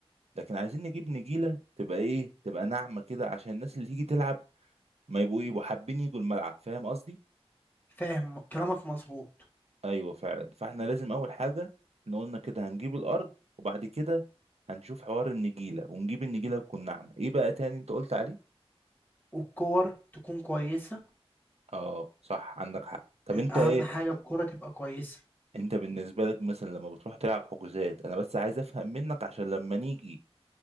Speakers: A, on the right; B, on the left.
A: لكن عايزين نجيب نجيله تبقى ايه تبقى ناعمه كده عشان الناس اللي تيجي تلعب ما يبقوا ايه يبقوا حابين يجوا الملعب فاهم قصدي
B: فاهم كلامك مظبوط
A: ايوه فعلا فاحنا لازم اول حاجه احنا قلنا كده هنجيب الارض وبعد كده هنشوف حوار النجيله ونجيب النجيله تكون ناعمه ايه بقى تاني انت قلت عليه
B: والكور تكون كويسة
A: اه صح عندك حق طب انت
B: اهم
A: ايه
B: حاجه الكوره تبقى كويسه
A: انت بالنسبه لك مثلا لما بتروح تلعب حجوزات انا بس عايز افهم منك عشان لما نيجي